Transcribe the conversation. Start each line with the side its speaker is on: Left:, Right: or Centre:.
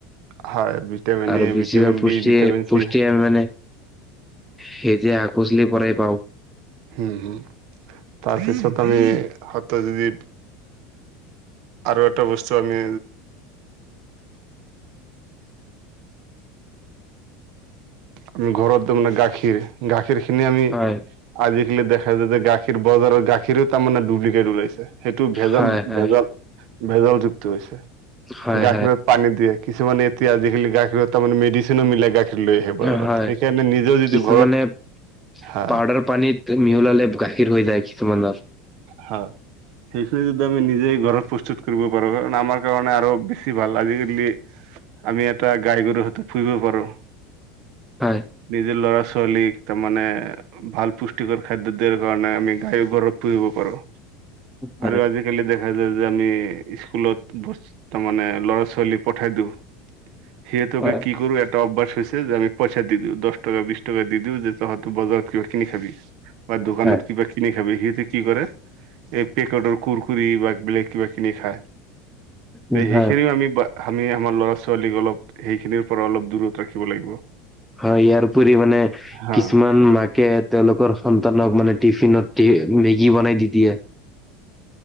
Right: হয় ভিটামিন
Centre: আৰু
Right: এ
Centre: বেছিভাগ
Right: ভিটামিন
Centre: পুষ্টি-পুষ্ঠিয়ে
Right: বি ভিটামিন চি
Centre: মানে সেই যে হাক পাচলিৰ পৰাই পাওঁ।
Right: হুম-হুম। তাৰপিছত আমি <unintelligible> যদি আৰু এটা বস্তু আমি আমি ঘৰতো মানে গাখীৰ, গাখীৰ খিনি আমি
Centre: হয়
Right: আজিকালি দেখা যায় যে গাখীৰ বজাৰৰ গাখীৰো তাৰমানে ডুপ্লিকেট ওলাইছে। সেইটো ভেজাল-ভেজাল-ভেজাল
Centre: হয় হয়
Right: যুক্তি হৈছে,
Centre: হয়
Right: গাখীৰত পানী দিয়ে। কিছ মমান এতিয়া আজিকালি গাখীৰৰ তাৰমানে মেডচিনো মিলাই গাখীৰ লৈ আহে
Centre: হয়
Right: বজাৰত। সেইকাৰণে
Centre: হয়
Right: নিজেও যদি
Centre: কিছুমানে
Right: ঘৰত, হা।
Centre: পাউদাৰ পানীত মিহলালে গাখীৰ হৈ যায় কিছুমানৰ।
Right: হা। সেইখিনি যদি আমি নিজেই ঘৰত প্ৰস্তুত কৰিব পাৰোঁ। কাৰণ আমাৰ কাৰণে আৰু বেছি ভাল, আজিকালি আমি এটা গাই গৰু হয়তো পুহিব পাৰোঁ।
Centre: হয়।
Right: নিজৰ ল'ৰা ছোৱালীক তাৰমানে ভাল পুষ্টিকৰ খাদ্য দিয়াৰ কাৰণে আমি গায় ঘৰত পুহিব পাৰোঁ।
Centre: হয়
Right: আৰু আজি আজিকালি দেখা যায় যে আমি স্কুলত তাৰ মানে ল'ৰা ছোৱালী পঠাই দিওঁ। সেই টোকে
Centre: হয়
Right: কি কৰোঁ <unintelligible> হৈছে যে আমি পইচা দিওঁ। দহ টকা বিছ টকা দি দিওঁ যে তহত বজাৰ কিবা কিনি খাবি, বা
Centre: হয়
Right: দোকানত কিবা কিনি খাবি। সিহঁতি কি কৰে? এই পেকেটৰ কুৰকুৰি বা বেলেগ কিবা কিনি খায়।
Centre: হয়
Right: তে সেইখিনিও আমি বা আমি আমাৰ ল'ৰা ছোৱালীক অলপ সেইখিনিৰ পৰা অলপ দূৰত ৰাখিব লাগিব
Centre: হয় ইয়াৰপৰি মানে
Right: হা
Centre: কিছুমান মাকে তেওঁলোকৰ সন্তানক মানে টিফিনত মেগী বনাই দি দিয়ে।